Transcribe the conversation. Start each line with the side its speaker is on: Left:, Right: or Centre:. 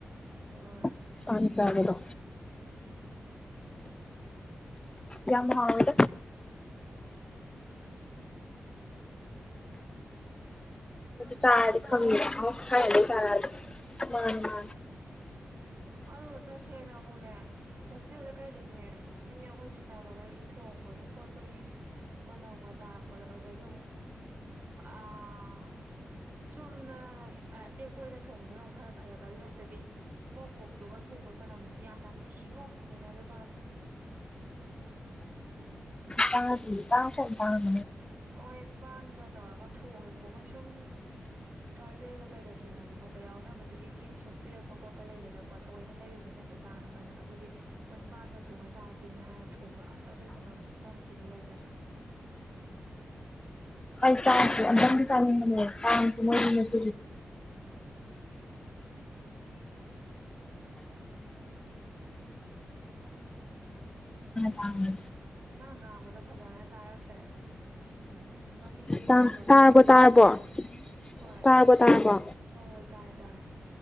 Right: ꯍꯣꯏ
Left: <unintelligible> ꯄꯒꯗꯣ ꯌꯥ ꯃꯣꯗ
Right: <unintelligible> ꯈꯪꯗꯦ
Left: ꯇꯗ
Right: ꯁꯨꯝ ꯆꯥꯈꯤꯗ꯭ꯔꯕꯒꯤ
Left: ꯈꯪꯅꯤ ꯍꯥꯏꯥꯏꯅꯤ ꯄꯔ ꯃꯥ ꯃꯥ
Right: ꯑꯗꯨ ꯇꯁꯦꯡꯅ ꯑꯃꯨꯛꯅꯦ ꯍꯣꯁꯇꯦꯜꯗ ꯀꯩꯗꯅꯦ ꯃꯤ ꯑꯩꯈꯣꯏ ꯆꯤꯟꯅꯕꯈꯩꯒꯤ ꯊꯣꯡꯕꯒꯤ ꯈꯣꯠꯄꯒꯤ ꯃꯅꯝꯒ ꯇꯥꯔꯛꯄꯗꯣ ꯑꯗꯨꯗꯗꯤ ꯑꯃꯨꯛ ꯑ ꯆꯨꯝꯅ ꯑꯇꯦꯛꯄ ꯑꯣꯏꯅ ꯊꯣꯡꯕꯗꯨꯅꯨꯛ ꯈꯔ ꯐꯩꯑꯕ ꯑꯗꯨ ꯅꯠꯇꯕꯤ ꯑꯗꯨꯒ ꯊꯣꯡꯕꯩ ꯃꯅꯝꯁꯤꯗꯤ ꯌꯥꯝꯅ ꯊꯁꯤꯡꯉꯣ ꯍꯩꯅꯗꯖꯥꯠꯅꯦ
Left: ꯀ ꯇꯥ ꯇꯥꯡ ꯇꯥꯡ
Right: ꯍꯣꯏ ꯄꯥꯟꯒ ꯇꯧꯔꯒ ꯊꯣꯡꯉꯦꯕꯀꯣ ꯃꯣꯏ ꯁꯨꯝ ꯇ꯭ꯔꯥꯏꯕꯦꯜꯒ ꯀꯩꯒ ꯇꯤꯟꯅꯕ ꯈꯣꯠꯄ ꯌꯥꯎꯅꯕꯗꯨꯒꯤ ꯒꯤꯐ ꯁꯨꯝ ꯄꯤꯔꯛꯄ ꯈꯣꯠꯄ ꯂꯩꯗꯅꯀꯣ ꯊꯑꯣꯏꯅ ꯂꯩꯔꯨꯕ ꯅꯠꯇ ꯇꯥꯔꯒꯁꯨ ꯑꯗꯨꯒꯤ ꯃꯣꯏ ꯄꯥꯟꯒ ꯊꯣꯡꯉ ꯆꯥꯥꯁꯦꯅ ꯍꯥꯏꯔ ꯊꯣꯡꯕ ꯑꯁ ꯑꯗꯨꯏ ꯃꯅꯝ ꯈꯨꯅꯝꯊꯤꯗꯨ ꯂꯩꯇꯔꯦ <unintelligible>
Left: ꯑꯩ ꯇꯥꯡꯁꯦ ꯑꯝꯇꯪꯗꯤ ꯆꯥꯅꯤꯡꯕꯅꯦ ꯇꯥꯡꯁ ꯃꯣꯏꯗ ꯎꯝ ꯏ ꯀ ꯇꯥꯉꯦ
Right: ꯅꯪ ꯉꯥꯡꯕꯗꯣ ꯐꯖꯅ ꯇꯥꯔꯛꯇ꯭ꯔꯦ ꯎꯝ ꯃꯅꯤꯡꯒꯤ
Left: ꯇꯥꯡꯕ
Right: ꯃꯈꯣꯜ
Left: ꯇꯥꯔꯕꯣ
Right: ꯃꯌꯥꯝꯗꯨꯅ
Left: ꯇꯥꯔꯕꯣ
Right: ꯍꯣꯏ
Left: ꯇꯥꯔꯕꯣ ꯇꯥꯔꯕꯣ
Right: ꯍꯣꯏ ꯍꯣꯏ ꯇꯥꯔꯦ ꯇꯥꯏꯦ